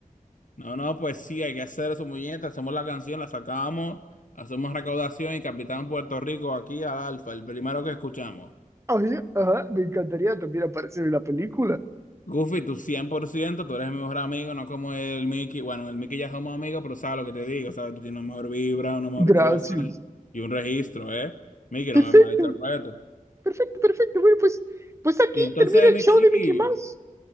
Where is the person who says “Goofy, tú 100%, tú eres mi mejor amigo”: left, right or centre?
Left